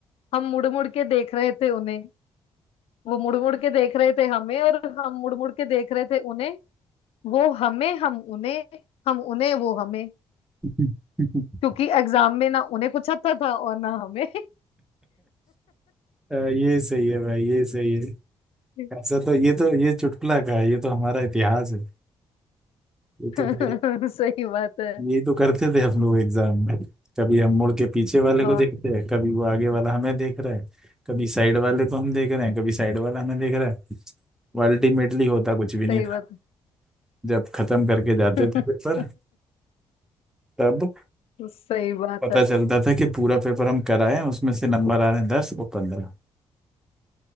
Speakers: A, on the left (about 75°); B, in the centre.
A: हम मुड़ मुड़ के देख रहे थे उन्हें वो मुड़ मुड़ के देख रहे थे हमें और हम मुड़ मुड़ के देख रहे थे उन्हें वो हमें हम उन्हें हम उन्हें वो हमें
B: <laughs>
A: क्योंकि एग्जाम में ना उन्हें कुछ आता था और ना हमें
B: अ, ये सही है भाई ये सही है
A: <laughs>
B: ऐसा तो ये तो ये चुटकुला का है ये तो हमारा इतिहास है ये तो
A: सही
B: भाई
A: बात है
B: यही तो करते थे हम लोग एग्जाम में कभी हम मुड़ के पीछे वाले
A: हाँ
B: को देखते हैं कभी वो आगे वाला हमें देख रहा है कभी साइड वाले को हम देख रहे हैं कभी साइड वाला हमें देख रहा है अल्टीमेटली होता कुछ
A: सही
B: भी नहीं था
A: बात है
B: जब खत्म करके जाते
A: <laughs>
B: थे पेपर तब
A: सही बात
B: पता
A: है
B: चलता था कि पूरा पेपर हम कराए हैं, उसमें से नंबर आ रहे हैं दस और पंद्रह